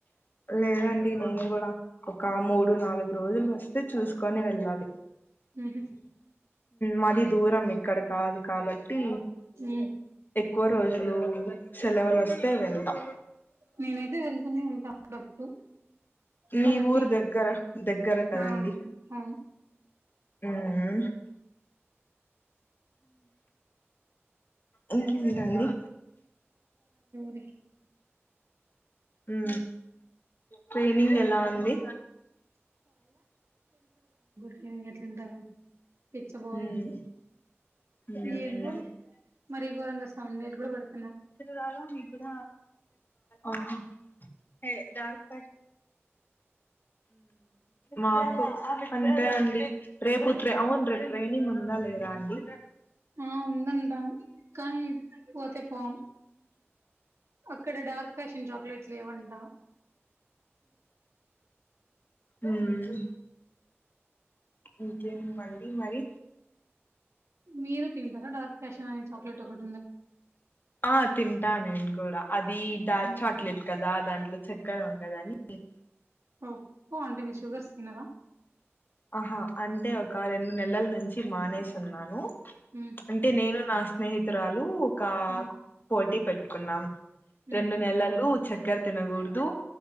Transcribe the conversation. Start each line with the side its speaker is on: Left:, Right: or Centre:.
Left: లేదండి నేను కూడా ఒక మూడు నాలుగు రోజులు వస్తే చూసుకొని వెళ్ళాలి
Right: ఉహు
Left: మాది దూరం ఇక్కడ కాదు కాబట్టి
Right: ఉమ్
Left: ఎక్కువ రోజు రోజులు సెలవులు వస్తే వెళ్తా
Right: నేనైతే వెళ్తూనే ఉంటా అప్పుడప్పుడు
Left: మీ
Right: కాబట్టి
Left: ఊరు దగ్గర దగ్గర కదండి
Right: ఆ అవును
Left: ఉహు ఇంకేంటండి
Right: కే
Left: ఉ ట్రైనింగ్ ఎలా ఉంది
Right: ఇంకెట్లా ఉంటది పిచ్చబోరింగ్
Left: మ్మ్ మ్మ్
Right: ఏందోలే మరి ఘోరంగ సౌండేలు కూడా పడుత
Left: తి రాళం ఇప్పుడ <unintelligible> మాకు అంతే అండి రేపు అవును రేపు ట్రైనింగ్ ఉందా లేదా అండి
Right: ఆ ఉన్ందంట కానీ పోతేపోం అక్కడ డార్క్ ఫ్యాషన్ చాక్లెట్లు లేవంటా
Left: ఉ ఇంకేమి అండి మరి
Right: మీరు తింటార డార్క్ ఫ్యాషన్ అనే చాక్లెట్ కూడా
Left: ఆ తింటా నేను కూడా అది డార్క్
Right: మ్
Left: చాక్లెట్ కదా దాంట్లో చక్కెర ఉండదని
Right: ఓహ ఓ అంటే మీరు షుగర్స్ తినరా
Left: ఆహా అంటే ఒక రెండు నెలల నుంచి మానేసిన్నాను
Right: మ్
Left: అంటే నేను నా స్నేహితురాలు ఒక
Right: మ్
Left: పోటీ పెట్టుకున్నాం
Right: మ్
Left: రెండు నెలలు చక్కెర తినకూడదు